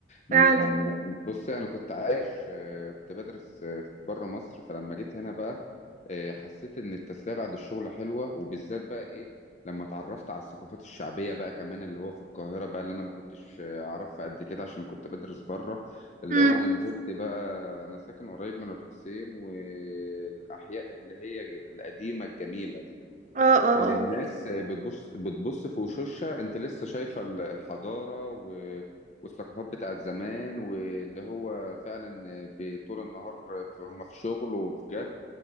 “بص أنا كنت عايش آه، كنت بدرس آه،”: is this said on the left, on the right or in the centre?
Left